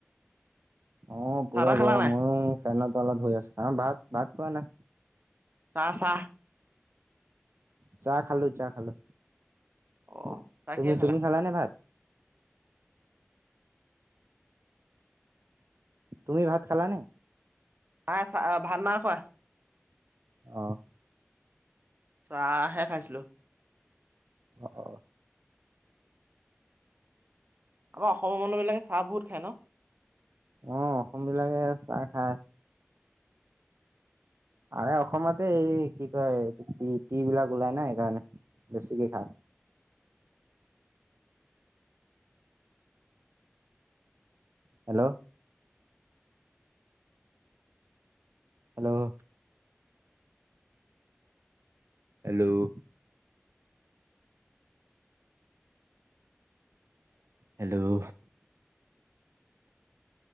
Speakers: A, on the right (about 75°); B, on the right (about 45°).
A: অ',
B: চাহ
A: পুৰা
B: তাহ খালা
A: গৰম
B: নাই
A: ময়ো ফেনত অলত হৈ আছো আহ ভাত ভাত খোৱা নাই
B: চাহ
A: চাহ খালো চাহ খালো
B: অ চাহ
A: তুমি
B: কিহে
A: তুমি খালা নে ভাত? তুমি ভাত খালা নে?
B: আহ চা ভাত না খোৱা
A: আহ,
B: চাহাহে খাইছিলো
A: আহ,
B: আমাৰ অসমৰ মানুহ বিলাকে চাহ বহুত খায় ন?
A: আহ অসম বিলাকে চাহ খায় আ অসমতে এই কি কয় এই টি বিলাক ওলাই নাই সেইকাৰণে বেছিকে খা hello hello hello hello